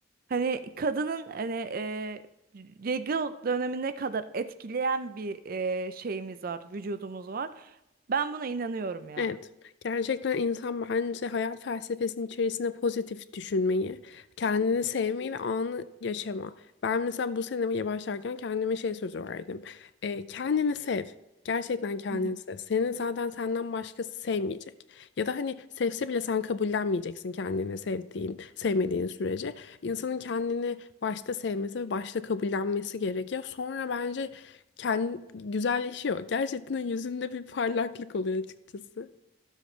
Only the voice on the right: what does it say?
Hani kadının hani e, regl dönemine kadar etkileyen bir e, şeyimiz var, vücudumuz var. Ben buna inanıyorum ya.
Hı hı.